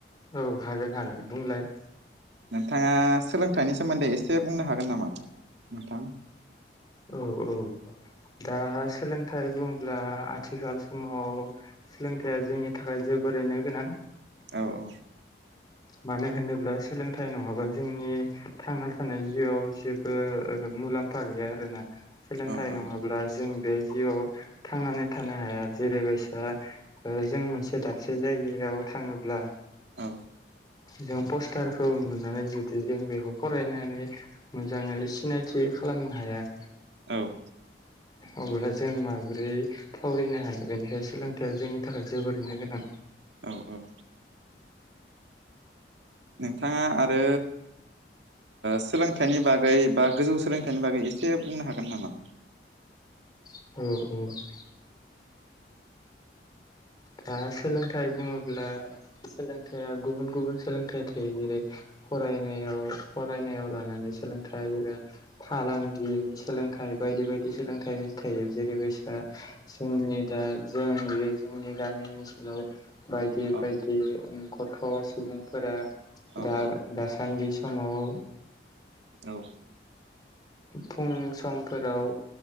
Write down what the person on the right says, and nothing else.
नोंथाङा सोलोंथाइनि सोमोन्दै एसे बुंनो हागोन नामा नोंथां?
औ औ।
औ नंगौ
औ।
औ
औ औ नोंथाङा आरो सोलों फिथाइनि बागै बा गोजौ सोलोंथाइनि बागै एसे बुंनो हागोन नामा
औ
औ
औ
औ